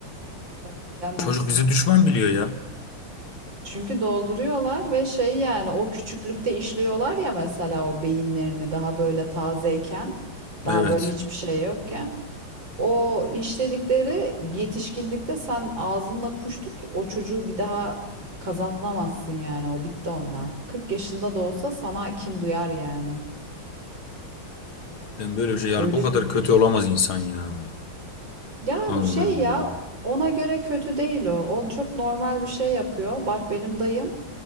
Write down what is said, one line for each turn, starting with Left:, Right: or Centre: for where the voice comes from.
Right: Tabii bilemezsin.
Left: çocuk bizi düşman biliyor ya.
Right: Çünkü dolduruyorlar ve şey yani o küçüklükte işliyorlar ya mesela o beyinlerini daha böyle tazeyken, daha
Left: Evet.
Right: böyle hiçbir şey yokken. O işledikleri yetişkinlikte sen ağzınla kuş tut o çocuğu bir daha kazanamazsın yani o bitti onda. 40 yaşında da olsa sana kin duyar yani.
Left: Ben böyle bir şey yani
Right: Öyle
Left: bu kadar
Right: bir
Left: kötü olamaz insan ya.
Right: Ya
Left: Allah'ım.
Right: şey ya ona göre kötü değil o. O çok normal bir şey yapıyor. Bak benim dayım